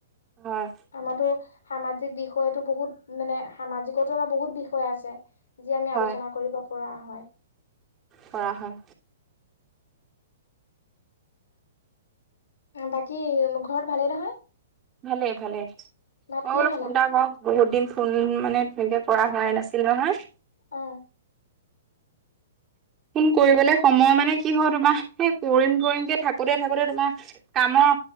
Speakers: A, on the right; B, on the left.
A: হয়
B: আমাতো সামাজিক বিষয়তো বহুত মানে সামাজিকতো আমাৰ বহুত বিষয় আছে যি আমি
A: হয়
B: আলোচনা কৰিব পৰা হয়
A: কৰা হয়
B: বাকী ঘৰত ভালেই নহয়
A: ভালে ভালে
B: ভাত
A: মই
B: কিহে
A: বোলেো
B: খালা
A: ফোন এটা কৰওঁ বহুত দিন ফোন মানে তেনেকে কৰা হোৱাই নাছিল নহয়
B: অ
A: ফোন কৰিবলে সময় মানে কি হয় তোমাৰ সেই কৰিম কৰিম কেে থাকোতে থাকোতে তোমাৰ কামৰ